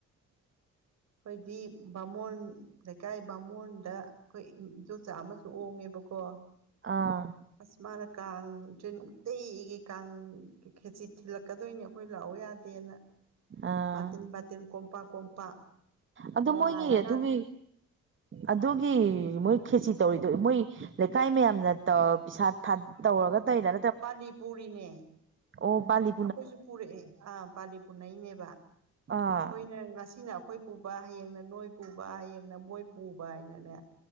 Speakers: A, on the right; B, on the right.
A: ꯑꯩꯈꯣꯏꯗꯤ ꯕꯥꯃꯣꯟ ꯂꯩꯀꯥꯏ ꯕꯥꯃꯣꯟꯗ ꯑꯩꯈꯣꯏ ꯏꯗꯣꯝꯆꯥ ꯑꯃꯁꯨ ꯑꯣꯡꯉꯦꯕꯀꯣ
B: ꯑꯥ
A: ꯑꯁ ꯃꯥꯅ ꯀꯥꯡꯁꯦ ꯅꯨꯡꯇꯤꯒꯤ ꯀꯥꯡ ꯈꯦꯆꯤ ꯊꯤꯜꯂꯛꯀꯗꯣꯏꯅꯦꯕ ꯑꯩꯈꯣꯏ ꯂꯥꯛꯑꯣ ꯌꯥꯗꯦꯅ
B: ꯑꯥ
A: ꯕꯥꯇꯤꯟ ꯕꯥꯇꯤꯟ ꯀꯣꯝꯄꯥꯛ ꯀꯣꯝꯄꯥꯛ
B: ꯑꯗꯨ
A: ꯅꯣꯡꯉꯥꯜꯂꯀꯥꯟ
B: ꯃꯣꯏꯒꯤ ꯑꯗꯨꯒꯤ ꯑꯗꯨꯒꯤ ꯃꯣꯏ ꯈꯦꯆꯤ ꯇꯧꯔꯤꯗꯣ ꯃꯣꯏ ꯂꯩꯀꯥꯏ ꯃꯌꯥꯝꯅ ꯇꯧ ꯄꯩꯁꯥ ꯊꯥ ꯇꯧꯔꯒ ꯇꯩꯔ
A: ꯄꯥꯂꯤ ꯄꯨꯔꯤꯅꯦ
B: ꯑꯣ ꯄꯥꯂꯤ
A: ꯑꯩꯈꯣꯏꯁꯨ ꯄꯨꯔꯛꯑꯦ ꯑꯥ ꯄꯥꯜꯂꯤ ꯄꯨꯅꯩꯅꯦꯕ
B: ꯑꯥ
A: ꯑꯩꯈꯣꯏꯅ ꯉꯁꯤꯅ ꯑꯩꯈꯣꯏ ꯄꯨꯕ ꯍꯌꯦꯡꯅ ꯅꯣꯏ ꯄꯨꯕ ꯍꯌꯦꯡꯅ ꯃꯣꯏ ꯄꯨꯕ ꯍꯥꯏꯅꯅꯦ